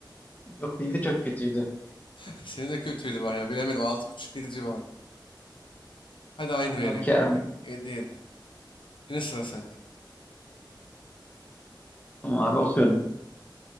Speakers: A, on the left; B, on the left.
A: Yok benimki de çok kötüydü.
B: <laughs> Senin de kötüydü bayağı bilemedim. altı buçuk yedi civarı. Hadi aynı
A: Okey
B: vereyim abi.
A: abi.
B: 7'ye de. Yine sıra sende.
A: Tamam abi okuyorum.